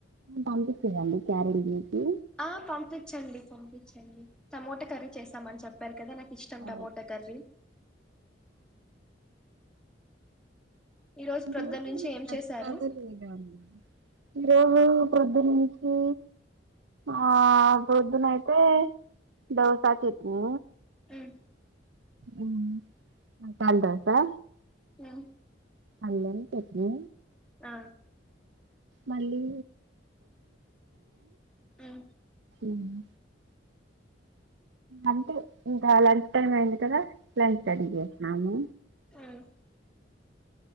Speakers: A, on the right; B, in the centre.
A: పంపించిర్రాండి క్యారేజ్ వేసి,
B: ఆ పంపిచ్చండి, పంపిచ్చండి టమోటా కర్రీ చేస్తామని చెప్ చెప్పారు కదా నాకు ఇష్టం
A: ఆ
B: టమోటా కర్రీ ఈ రోజు
A: <unintelligible>
B: ప్రొద్దున నుంచి ఏం చేశారు
A: ముృవు ప్రొద్దునుంచి, ఆ పోద్దునయితే దోస, చెట్నీ
B: ఉమ్,
A: ఉమ్ మసాలా దోసా
B: అ
A: అల్లం చెట్నీ
B: ఆ
A: మళ్ళీ,
B: ఉమ్
A: ఊమ్ అంటే ఇంకా లంచ్ టైమ్ అయింది కదా లంచ్ రడి చేస్తున్నాను,
B: ఉమ్,